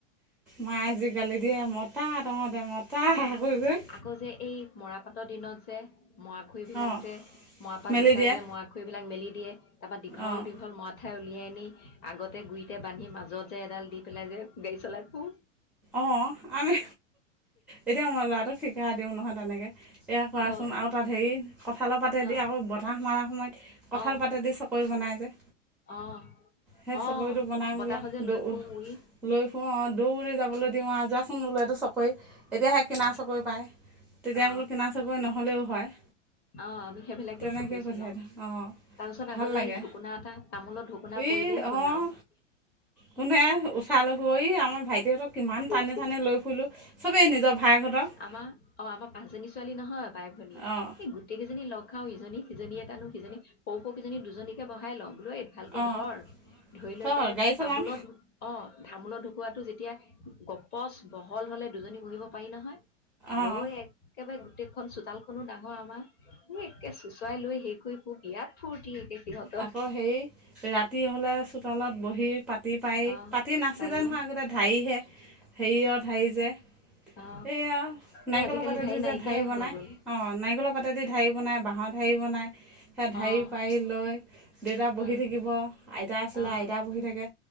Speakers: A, in the centre; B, on the left (about 25°).
A: মায়ে যি গালি দিয়ে মতা তহঁতে মতা।
B: অ
A: কৈ কৈ
B: আকৌ যে এই মৰাপাটৰ দিনত যে মৰা খই বিলাক
A: অঁ
B: যে মৰাপাট
A: মেলি
B: গুচাই
A: দিয়ে
B: যে মৰাখৰিবিলাক মেলি দিয়ে তাৰপৰা দীঘল
A: অঁ
B: দীঘল মৰা ঠাই উলিয়াই আনি আগতে গুৰিতে বান্ধি মাজত যে এডাল দি পেলাই যে গাড়ী চলাই ফুও।
A: অ, আমি এতিয়া মই ল'ৰাটোক শিক সেয়া দিওঁ নহয় তেনেকে এয়া কৰাচোন
B: অ
A: আৰু তাত হেই কঁঠালৰ পাতেদি
B: অ
A: আকৌ বতাহ মাৰা সময়ত কঁঠাল
B: অ
A: পাতেদি চকৰি বনাই যে।
B: অ
A: সে চকৰিটো
B: অ
A: বনাই
B: বতাহত
A: পেলাই
B: যে লৈ
A: দ
B: ফুৰো উৰি
A: লৈ ফু আ দৌৰি যাবলৈ
B: অ
A: দিওঁ আ যোৱাচোন বোলো এইটো চকই এতিয়াহে কিনা
B: অ
A: চকৰি পায়। তেতিয়া
B: অ
A: বোলো কিনা চকৰি নহ'লেও হয়।
B: অ আমি সেইবিলাকে
A: তেনেকৈ
B: চকৰি
A: পঠিয়াই
B: চলাওঁ।
A: দিওঁ অঁ
B: তাৰ পিছত
A: ভাল
B: আক' যে
A: লাগে
B: এই ঢকুনা এটা, তামোলৰ ঢকুনা
A: ই
B: পৰিলেই হ'ল
A: অঁ
B: আও।
A: কোনে উঠাই ল'ব? ই আমাৰ ভাইটিহঁতক কিমান
B: আৰু
A: টানি টানি লৈ ফুইলো। চবেই নিজৰ ভায়েকহতঁক
B: আমা অ আমা পাঁচজনী ছোৱালী নহয় বাই, ভনী।
A: অঁ
B: এই গোট গোটেকেইজনী লগ খাও। ইজনী সিজনীয়ে টানো, সিজনী সৰু সৰুকেইজনী দুজনীকে বহাই লওঁ। বোলো অই ভালকে
A: অঁ
B: ধৰ। ধৰি লৈ
A: থ
B: পেলাই
A: গাড়ী চলাম
B: তামোলত ধ অ তামোলৰ ঢকুৱাটো যেতিয়া গপচ বহল হ'লে দুজনী বহিব পাৰি নহয়।
A: অঁ
B: লৈ একেবাৰে গোটেইখন চোতালখনো ডাঙৰ আমাৰ। ই একে চো চোচৰাই লৈ হেই কৰি ফুৰোঁ বিৰাট ফূৰ্তি। একে সিহঁতৰ
A: আকৌ হেই ৰাতি হ'লে চোতালত বহি পা পাতি পাৰি
B: অ
A: পাতি নাছিলে
B: বাৰী
A: নহয় আগতে, ঢাৰিহে। হেৰিয়ৰ ঢাৰি যে
B: অ
A: এইয়া নাৰিকলৰ
B: এই আজিকালি
A: পাতেদি যে
B: নাইকিয়াই
A: ঢাৰি বনায়।
B: হৈ গ'ল
A: অ নাৰিকলৰ পাতেদি ঢাৰি বনায় বাঁহৰ ঢাৰি বনায় সেয়া ঢাৰি
B: অ
A: পাৰি লৈ দেউতা বহি থাকিব।
B: অ
A: আইতা আছিলে,
B: অ',
A: আইতা বহি থাকে।